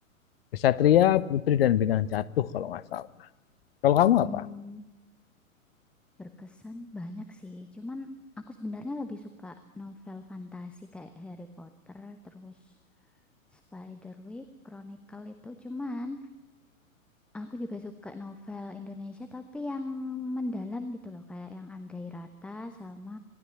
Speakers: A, on the left; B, in the centre.
A: Kesatria, Putri dan Bintang Jatuh kalau nggak salah. Kalau kamu
B: Hmm,
A: apa?
B: berkesan banyak sih. Cuman aku sebenarnya lebih suka novel fantasi kayak Harry Potter, terus Spiderwick, Chronicle itu. Cuman aku juga suka novel Indonesia tapi yang mendalam gitu loh, kayak yang Andrei Rata sama